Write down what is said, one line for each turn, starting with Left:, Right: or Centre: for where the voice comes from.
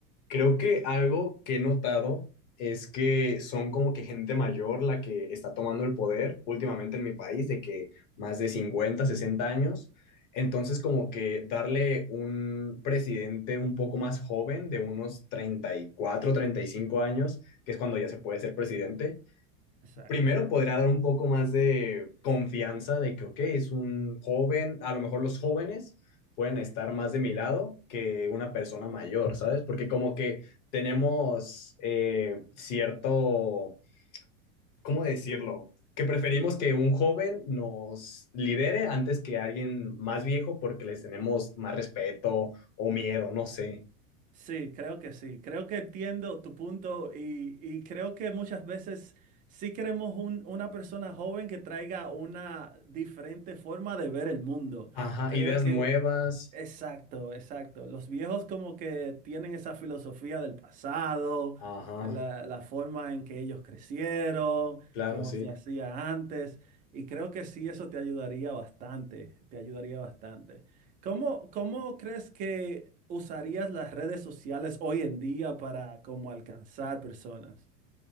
Left: creo que algo que he notado es que son como que gente mayor la que está tomando el poder últimamente en mi país, de que más de 50, 60 años. Entonces, como que darle un presidente un poco más joven, de unos treinta treinta y cuatro, treinta y cinco años, que es cuando ya se puede ser presidente,
Right: Exacto.
Left: primero podría dar un poco más de confianza de que, ok, es un joven, a lo mejor los jóvenes pueden estar más de mi lado que una persona mayor, ¿sabes? Porque como que tenemos eh, cierto, ¿cómo decirlo? Que preferimos que un joven nos lidere antes que alguien más viejo porque les tenemos más respeto o miedo, no sé.
Right: Sí, creo que sí. Creo que entiendo tu punto y, y creo que muchas veces sí queremos un- una persona joven que traiga una diferente forma de ver el mundo.
Left: Ajá,
Right: Creo
Left: ideas
Right: que,
Left: nuevas.
Right: exacto, exacto. Los viejos como que tienen esa filosofía del pasado,
Left: Ajá,
Right: que la, la forma en que ellos crecieron,
Left: claro,
Right: cómo
Left: sí.
Right: se hacía antes. Y creo que sí, eso te ayudaría bastante, te ayudaría bastante. ¿Cómo, cómo crees que usarías las redes sociales hoy en día para como alcanzar personas?